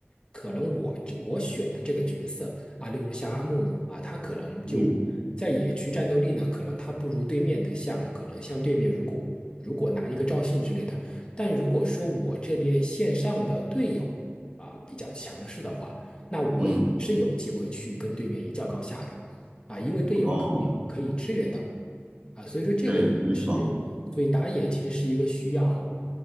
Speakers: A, on the left (about 20°); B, on the right (about 25°).
A: 可能我这我选的这个角色啊，例如像阿木木啊，他可能就在野区战斗力呢，
B: 嗯
A: 可能他不如对面的像可能像对面如果如果拿一个赵信之类的，但如果说我这边线上的队友。啊比较强势的话，那我也是有机会去跟对面一较高下的
B: 嗯，
A: 啊，因为队友可以可以支援到我啊，
B: 哦，
A: 所以说这个是，
B: 对，没错，
A: 所以打野其实是一个需要